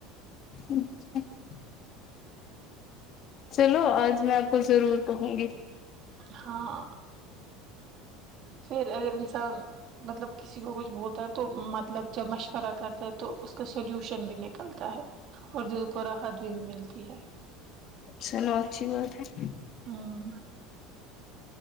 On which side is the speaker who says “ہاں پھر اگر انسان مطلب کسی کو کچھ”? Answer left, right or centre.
Right